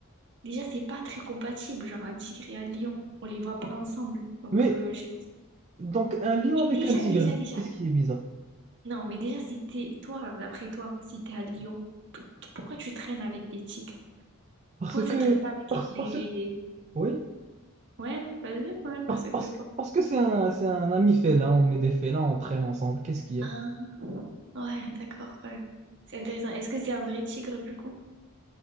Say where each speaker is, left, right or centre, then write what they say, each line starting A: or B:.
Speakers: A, on the right (about 55°); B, on the right (about 30°).
A: déjà c'est pas très compatible, genre un tigre et un lion. On les voit pas ensemble. Donc,
B: Mais
A: euh, je sais pas.
B: donc, un lion
A: Et
B: avec
A: Déjà,
B: un tigre,
A: déjà, déjà.
B: qu'est-ce qui est bizarre?
A: Non, mais déjà, si t'es... Toi, d'après toi, si t'es un lion, p- pourquoi tu traînes avec des tigres?
B: Parce
A: Pourquoi tu
B: que.
A: traînes pas avec
B: Parce,
A: les...
B: parce,
A: les...
B: oui,
A: Ouais, vas-y, ouais, parce
B: par-
A: que
B: parce, que-
A: quoi.
B: parce que c'est un, c'est un ami félin, on est des félins, on traîne ensemble. Qu'est-ce qu'il y
A: Ah,
B: a?
A: ouais, d'accord, ouais. C'est intéressant. Est-ce que c'est un vrai tigre du coup?